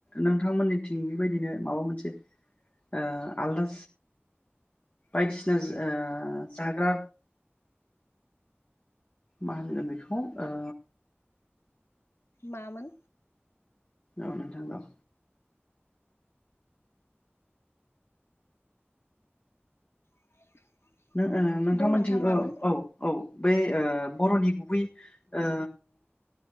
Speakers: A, on the left; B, on the left.
A: नोंथांमोननिथिं बेबायदिनो माबा मोनसे ओ आलदा बायदिसिना ओ जाग्रा मा होनगोन बेखौ ओ
B: मामोन
A: औ नोंथां औ
B: <inaudible>
A: नों ओ नोंथांमोनथिं
B: बुं नोंथां मामोन
A: औ औ बे ओ बर'नि गुबै ओ